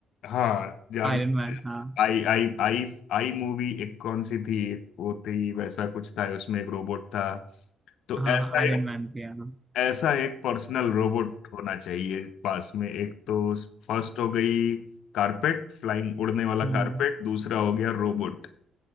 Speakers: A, on the left; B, on the right.
A: हाँ जारविस
B: आयरन मैन हाँ
A: आई आई आई आई मूवी एक कौन सी थी एक वो थी वैसा कुछ था उसमें एक रोबोट था तो
B: हाँ
A: ऐसा
B: हाँ आयरन
A: एक
B: मैन भी है हाँ
A: ऐसा एक पर्सनल रोबोट होना चाहिए पास में एक तो फर्स्ट हो गई कारपेट फ्लाइंग उड़ने वाला
B: हम्म
A: कारपेट दूसरा हो गया रोबोट